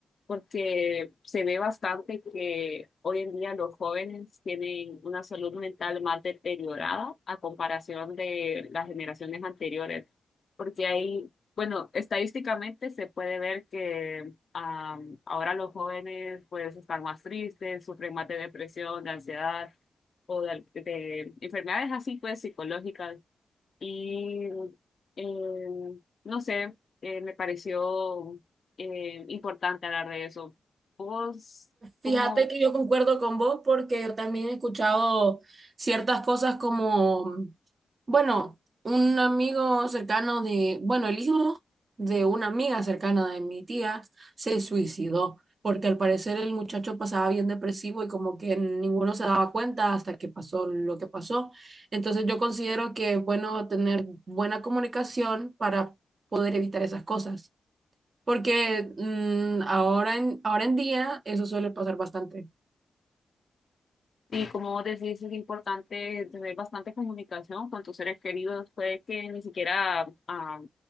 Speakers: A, on the left; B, on the right.
A: porque se ve bastante que hoy en día los jóvenes tienen una salud mental más deteriorada a comparación de las generaciones anteriores, porque hay, bueno, estadísticamente se puede ver que Am, ahora los jóvenes pues están más tristes, sufren más de depresión, de ansiedad o de, de enfermedades así pues psicológicas. Y em, no sé, eh, me pareció em, importante hablar de eso. ¿Vos
B: Fíjate
A: cómo,
B: que yo concuerdo con vos porque yo también he escuchado ciertas cosas como, bueno, un amigo cercano de, bueno, el hijo de una amiga cercana de mi tía se suicidó porque al parecer el muchacho pasaba bien depresivo y como que ninguno se daba cuenta hasta que pasó lo que pasó. Entonces yo considero que es bueno tener buena comunicación para poder evitar esas cosas. Porque mm, ahora en, ahora en día eso suele pasar bastante.
A: Y como vos decís, es importante tener bastante comunicación con tus seres queridos. Puede que ni siquiera, ah,